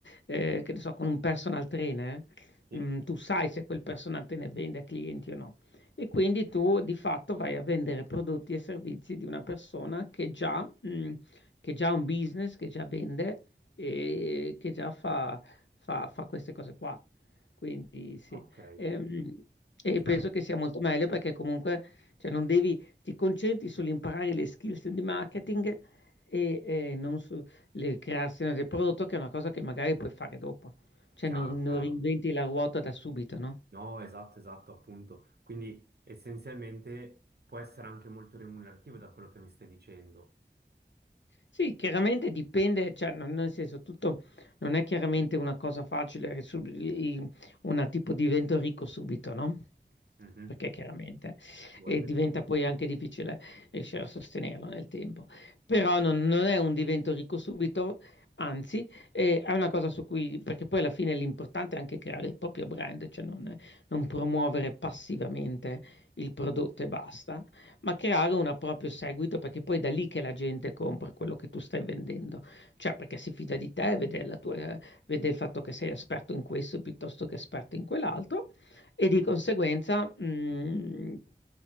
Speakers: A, on the left; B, on the right.
A: eh, che ne so, con un personal trainer,
B: Sì?
A: mm, tu sai se quel personal trainer vende a clienti o no. E quindi tu di fatto vai a vendere prodotti e servizi di una persona che già, mh, che già ha un business, che già vende e che già fa, fa- fa queste cose qua. Quindi sì.
B: Ok,
A: Ehm, E,
B: cioè,
A: penso che sia molto meglio perché comunque cioè, non devi, ti concentri sull'imparare le skills di marketing e, eh, non su le creazione del prodotto, che è una cosa che magari puoi fare dopo. Cioè
B: chiaro,
A: non,
B: chiaro.
A: non reinventi la ruota da subito, no?
B: No, esatto, esatto, appunto. Quindi essenzialmente può essere anche molto remunerativo da quello che mi stai dicendo.
A: Sì, chiaramente dipende, cioè non- nel senso tutto non è chiaramente una cosa facile, sub- i- una tipo divento ricco subito, no?
B: Mhm.
A: Perché chiaramente,
B: Vuole
A: e
B: del
A: diventa
B: quindi.
A: poi anche difficile riuscire a sostenerlo nel tempo. Però non, non è un divento ricco subito, anzi, eh, è una cosa su cui, perché poi alla fine l'importante è anche creare il proprio brand, cioè non non promuovere passivamente il prodotto e basta. Ma creare un proprio seguito, perché poi è da lì che la gente compra quello che tu stai vendendo, cioè perché si fida di te, vede la tua- vede il fatto che sei esperto in questo piuttosto che esperto in quell'altro e di conseguenza, mm,